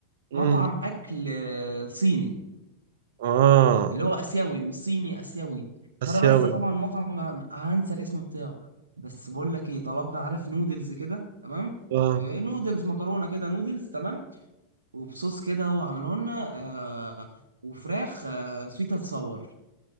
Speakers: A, on the right; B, on the right.
A: امم
B: مطعم اكل آه، صيني
A: اه
B: اللي هو اسيوي مش صيني اسيوي فانا
A: اسيوي
B: بنسى طبعا المطعم هنسى الاسم بتاعه بس بقول لك ايه طلبنا عارف نودلز كده تمام
A: اه
B: آه، نودلز مكرونه كده نودلز تمام وبصوص كده هو عمله لنا آه وفراخ آه سويت هتصور